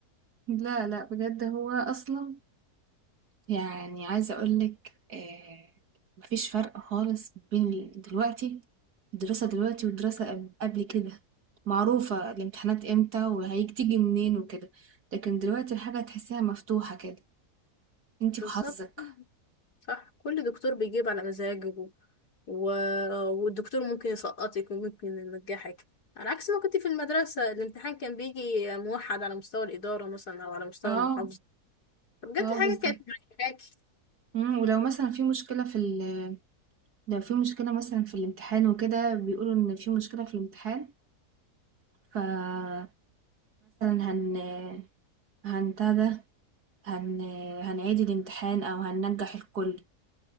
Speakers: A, on the right (about 80°); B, on the left (about 80°).
A: لا لا بجد هو اصلا يعني عايزه اقول لك آه مفيش فرق خالص بين دلوقتي الدراسه دلوقتي والدراسه قبل كده معروفه الامتحانات امتى وهتيجي منين وكده لكن دلوقتي الحاجه تحسيها مفتوحه كده انتي
B: بالظبط
A: وحظك
B: صح كل دكتور بيجيب على مزاجه و... والدكتور ممكن يسقطك وممكن ينجحك على عكس ما كنت في المدرسه الامتحان كان بيجي موحد على مستوى الاداره مثلا او على مستوى
A: اه
B: المحافظه بجد
A: اه بالظبط
B: حاجه كانت مريحاكي
A: مم، ولو مثلا في مشكله في ال لو في مشكله مثلا في الامتحان وكده بيقولوا ان في مشكله في الامتحان فمثلا هن هنتهدى هن هنعيد الامتحان أو هننجح الكل